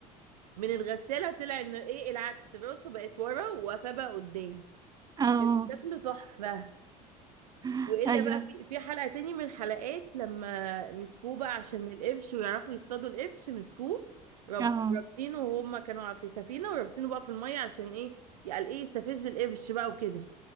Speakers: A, on the right; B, on the right.
A: من الغسالة طلع إنه إيه العكس راسه بقت ورا وقفاه بقى قدام
B: اه
A: شكله تحفة
B: <laughs>
A: والا
B: ايوه
A: بقى في في حلقه تاني من الحلقات لما مسكوه بقى عشان القرش ويعرفوا يصطادوا القرش مسكوه رب
B: اه
A: رابطينه وهم كانوا في سفينه ورابطينه بقى في الميه عشان ايه يعني ايه يستفز القرش بقى وكده